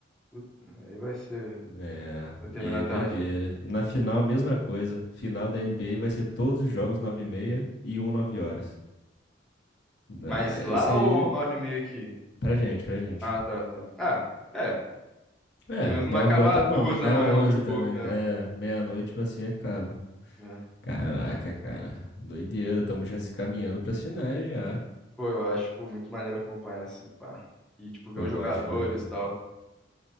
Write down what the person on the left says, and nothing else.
É,
e aí é doideira.
E na final, a mesma coisa. Final da NBA vai ser todos os jogos nove e meia e um 9 horas. É,
Esse aí,
pra gente, pra gente.
É,
9
horas tá
bom,
né
é 11
também, né?
É, meia-noite, mas assim acaba.
Caraca, cara. Doideira, estamos já se caminhando pras finais já.
Pô,
eu
acho maneiro.